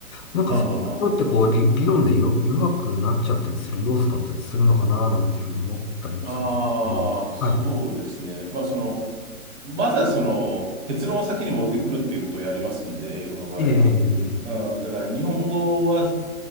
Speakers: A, on the left; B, on the right.
A: なんか、
B: あはは。
A: そういうところってこう、理、理論でよ、弱くなっちゃったりする要素だったりするのかな、なんていうふうに思ったりもするんですけど。
B: あああ、そうですね。
A: はい。
B: まあ、その、まずはその、結論を先に持ってくるっていうことをやりますんで、英語の場合は。
A: ええ、ええええ
B: うん、だから日本語は